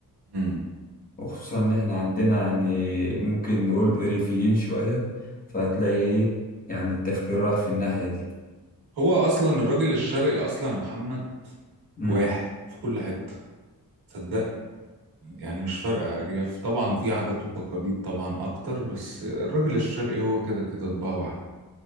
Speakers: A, on the right; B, on the left.
A: امم
B: وخصوصا ان احنا عندنا يعني ممكن نقول ريفيين شوية فهتلاقي ايه يعني التفكير راح في الناحية دي
A: هو اصلا الراجل الشرقي اصلا يا محمد
B: امم
A: واحد في كل حتة صدقني يعني مش فارقة أرياف طبعا في عادات وتقاليد طبعا أكتر بس الراجل الشرقي هو كده كده طباع واحد